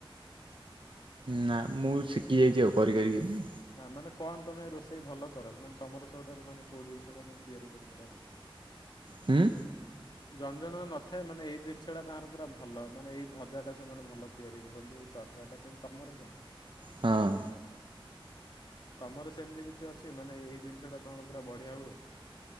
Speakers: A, on the right; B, on the left.
A: ନା ମୁଁ ଶିଖି ଯାଇଛି ଆଉ କରି କରିକି।
B: ହା ମାନେ କଣ ତମେ ରୋଷେଇ ଭଲ କର ମାନେ ତମର ସବୁଠାରୁ ମାନେ କୋଉ ଜିନିଷ ଟା ତିଆରି କରିପାର ଭଲସେ? <unintelligible>
A: ହୁଁ।
B: ଜଣ ଜଣଙ୍କ ନଥାଏ ମାନେ ଏଇ ଜିନିଷ ଟା ତାଙ୍କର ପୁରା ଭଲ ମାନେ ଏଇ ଭଜା ଟା ସେମାନେ ଭଲ। ତିଆରି କରନ୍ତି ଏଇ ତରକାରୀଟା ସେମିତି ତମର କଣ?
A: ହଁ।
B: ତମର ସେମିତି କିଛି ଅଛି ମାନେ ଏଇ ଜିନିଷଟା ତୁମର ପୁରା ବଢ଼ିଆ ହୁଏ।